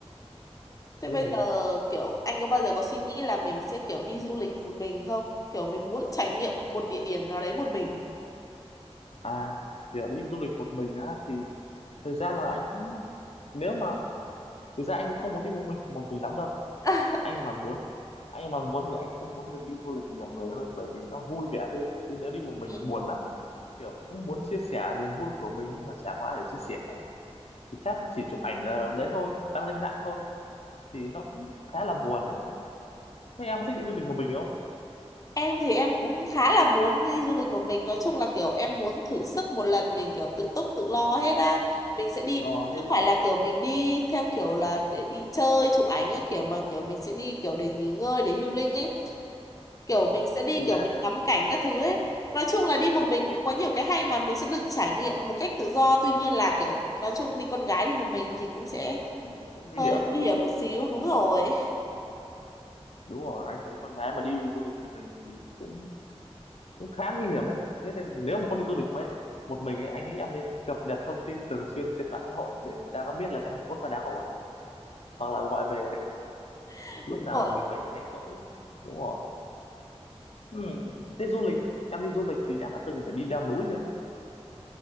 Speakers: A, on the left (about 30°); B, on the left (about 75°).
A: thế
B: thế
A: bây
B: gì
A: giờ kiểu anh có bao giờ có suy nghĩ là mình sẽ kiểu đi du lịch một mình không kiểu mình muốn trải nghiệm một địa điểm nào đấy một mình
B: à kiểu đi du lịch một mình á thì thời gian là anh cũng nếu mà thực ra anh cũng không muốn đi một mình một mình lắm đâu
A: <laughs>
B: anh mà muốn anh mà muốn thì anh cũng muốn được đi du lịch nhiều người hơn bởi vì nó vui vẻ hơn chứ nếu đi một mình
A: Ừ.
B: buồn lắm kiểu cũng muốn chia sẻ niềm vui của mình nhưng mà chả có ai để chia sẻ ấy. thì chắc chỉ chụp ảnh ờ, đấy thôi đăng lên mạng thôi thì nó cũng khá là buồn đấy thế em có thích đi du lịch một mình không
A: Em thì em cũng khá là muốn đi du lịch một mình nói chung là kiểu em muốn thử sức một lần mình kiểu tự túc tự lo hết á
B: à,
A: mình sẽ
B: tự
A: đi
B: lo
A: không
B: hết
A: phải là kiểu mình đi theo kiểu là để đi chơi chụp ảnh á kiểu mà kiểu mình sẽ đi kiểu để nghỉ ngơi để healing ấy kiểu
B: ừ,
A: mình sẽ đi
B: thư
A: kiểu
B: giãn
A: mình ngắm cảnh các thứ ấy nói chung là đi một mình cũng có nhiều cái hay mà mình sẽ được trải nghiệm một cách tự do tuy nhiên là kiểu nói chung đi con gái đi một mình thì cũng sẽ
B: ừ, cũng nguy
A: hơi
B: hiểm
A: nguy hiểm một xíu đúng rồi
B: đúng rồi anh thấy con gái mà đi du lịch một mình thì cũng cũng khá nguy hiểm đấy thế nên nếu mà con đi du lịch với một mình ấy anh nghĩ em nên cập nhật thông tin thường xuyên trên mạng xã hội để người ta có biết là em có phải đang ổn hoặc là gọi về
A: <laughs>
B: lúc
A: đúng
B: nào
A: rồi
B: mình thấy rảnh rỗi đúng rồi ừ. thế du lịch em đi du lịch thì em đã từng phải đi leo núi chưa